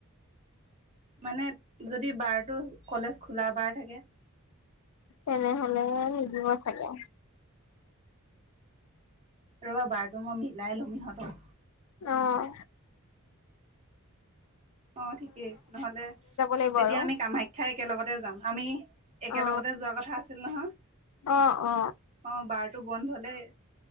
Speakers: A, on the right (about 30°); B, on the left (about 75°).
A: মানে যদি বাৰটো কলেজ খোলা বাৰ থাকে
B: তেনেহলে নিদিব চাগে
A: অ ৰবা বাৰটো মই মিলাই লম ইহঁতৰ
B: অহ
A: অ ঠিকেই নহলে
B: লাগিব
A: তেতিয়া
B: আৰু
A: আমি কামাখ্যাই একেলগতে যাম আমি একেলগতে
B: অ
A: যোৱাৰ কথা আছিল নহয়
B: অ অ
A: অ বাৰটো বন্ধ হলে